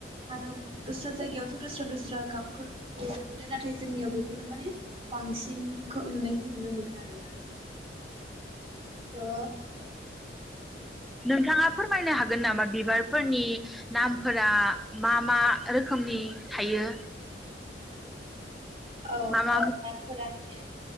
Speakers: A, on the right (about 35°); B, in the centre.
A: आरो दस्रा जायगायावथ दस्रा-दस्रा गाबफोर नुनों मोनो नाथाय जोंनियाव बेफोरनो माने बांसिन नुनायखौ नुनो मोनो आरोना स' औ
B: नोंथाङा फोरमायनो हागोन नामा बिबार फोरनि नामफोरा मा मा रोखोमनि थायो?
A: औ
B: मा मा
A: औ नामफोरा माने